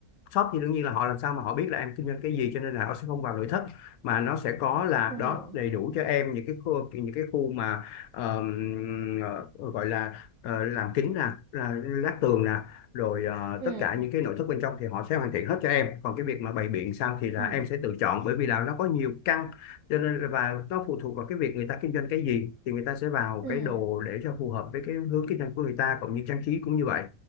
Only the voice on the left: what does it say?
shop thì đương nhiên là họ làm sao mà họ biết là em kinh doanh cái gì cho nên là họ sẽ không vào nội thất mà nó sẽ có là
đó đầy đủ cho em những cái khu những cái khu mà ờm, ờ, gọi là ờ, làm kính nè là lát tường nè rồi ờ,
tất cả những cái nội thất bên trong thì họ sẽ hoàn thiện hết cho em còn cái việc mà bày biện sao thì là
em sẽ tự chọn bởi vì là nó có nhiều căn cho nên là- và nó phụ thuộc vào cái việc người ta kinh doanh cái gì thì người ta sẽ vào
cái đồ để cho phù hợp với cái hướng kinh doanh của người ta cũng như trang trí cũng như vậy